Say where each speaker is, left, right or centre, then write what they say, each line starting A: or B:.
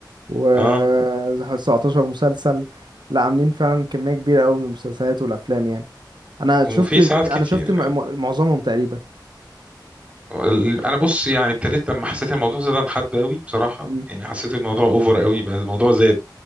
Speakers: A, on the right (about 70°); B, on the right (about 15°).
A: و17
B: اه
A: مسلسل لا عاملين فعلا كمية كبيرة قوي من المسلسلات والأفلام يعني أنا شفت
B: وفي ساعات كتير
A: أنا شفت م- م- معظمهم تقريبا
B: ال- انا بص يعني ابتديت لما حسيت الموضوع زاد عن حد قوي بصراحه
A: مم.
B: يعني حسيت الموضوع اوفر قوي بقى الموضوع زاد